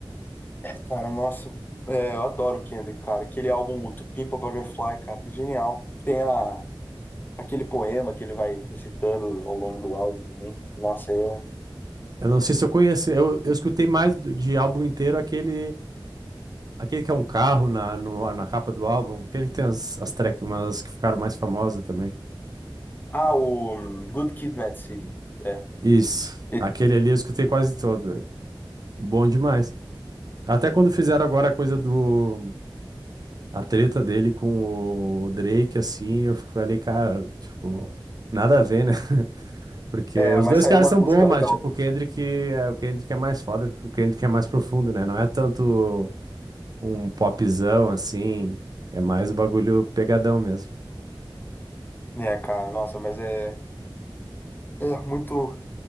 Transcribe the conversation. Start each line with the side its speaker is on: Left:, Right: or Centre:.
Left: Cara, nossa, é, eu adoro o Kendrick, cara. Aquele álbum, o To Pimp a Butterfly, cara, é genial. Tem a, aquele poema que ele vai recitando ao longo do álbum também. cara. Nossa, é... um,
Right: Eu não sei se eu conheço, eu, eu escutei mais do- de álbum inteiro aquele, aquele que é um carro na, no, na capa do álbum, aquele que tem as, as tracks, umas que ficaram mais famosas também.
Left: Ah, o hum, Good Kid, Mad City. É,
Right: Isso,
Left: Esse-
Right: aquele ali eu escutei quase todo. Bom demais. Até quando fizeram agora a coisa do. A treta dele com o Drake, assim, eu falei, cara, tipo, nada a ver, né? <laughs> Porque
Left: é
Right: os
Left: mas
Right: dois
Left: saiu
Right: caras
Left: umas
Right: são
Left: músicas
Right: bons, mas,
Left: legais
Right: tipo, o Kendrick é, o Kendrick é mais foda, porque o Kendrick é mais profundo, né? Não é tanto um popzão, assim, é mais o bagulho pegadão mesmo.
Left: também. É, cara, nossa, mas é, é muito,